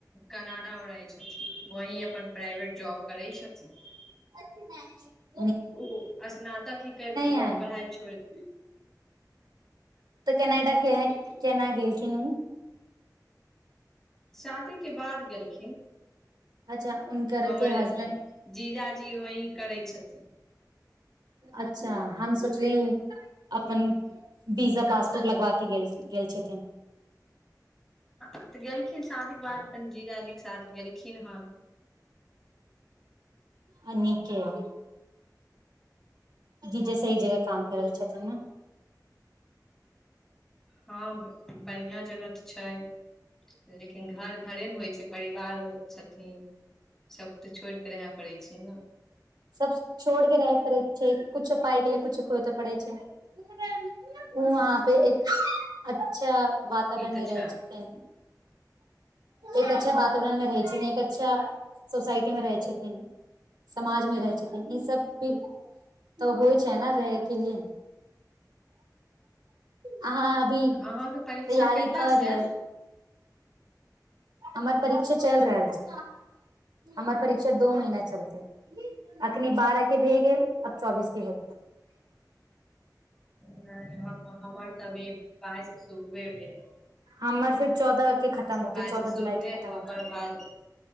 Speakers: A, in the centre; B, on the right.
A: कनाडामे रहै छथिन वही अपन प्राइवेट जॉब करै छथिन चल
B: अथ नहि
A: ओ स्नातक ही कर के ओकर
B: आयल
A: पढ़ाइ छोड़ दे
B: तऽ कनाडा के केना गेलखिन उ
A: शादी के बाद गेलखिन
B: अच्छा हुनकर
A: हमर
B: के हसबेंड
A: जीजाजी वही करै छथिन
B: अच्छा हम सोचली अपन वीजा पासपोर्ट लगवा क गेल गेल छथिन
A: तऽ गेललखिन शादी बार प जीजाजी के साथ गेलखिन हन <inaudible>
B: आ नीके य जी जे सही जगह काम करबे छथिन ने
A: हँ बढ़ियां जगह तऽ छै लेकिन घर घरे ने होइ छै परिवार ओ छथिन सब तऽ छोड़ के रहय पड़ै छै ने
B: सब छोड़ के रहै पड़ै छै कछो पाइके ले कछ होइ त पढ़ै छै उ वहाँ पे एक अच्छा वातावरण
A: ई तऽ
B: मे
A: छै
B: रहै छथिन एक अच्छा वातावरण में रह एक अच्छा सोसाइटी मे रहै छथिन समाज में ई सब तऽ होइ छै ने रहैके लिए अहाँ अभी
A: अहाँके परीक्षा
B: तैयारी
A: कहिया
B: कर
A: से
B: लेब
A: है
B: हमर परीक्षा चलि रहल छै हमर परीक्षा दो महीना चलतै अखनि बारह के भए गेल अब चौबीस के होत
A: नहि हमर तऽ अभी बाइस शुरुए भेल
B: हमर फेर चौदह के खतम होते
A: बाइस
B: चौदह
A: शुरू
B: जुलाई
A: भेल
B: के खतम
A: तऽ ओकर
B: होते
A: बाद